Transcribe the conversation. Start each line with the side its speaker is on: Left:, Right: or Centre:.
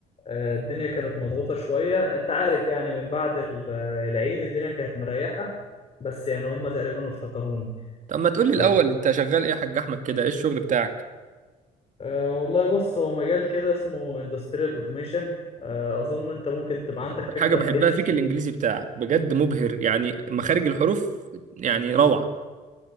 Left: آه، الدنيا كانت مضغوطة شوية أنت عارف يعني من بعد ال- العيد الدنيا كانت مريحة بس يعني هم تقريبا افتكروني
Right: طب ما تقولي
Left: ف
Right: الاول انت شغال ايه يا حاج احمد كده ايه الشغل بتاعك
Left: آه، والله بص هو مجال كده اسمه industrial automation آه، أظن أنت ممكن تبقى عندك فكرة
Right: الحاجه بحبها
Left: بحيث
Right: فيك الانجليزي بتاعك بجد مبهر يعني مخارج الحروف يعني روعه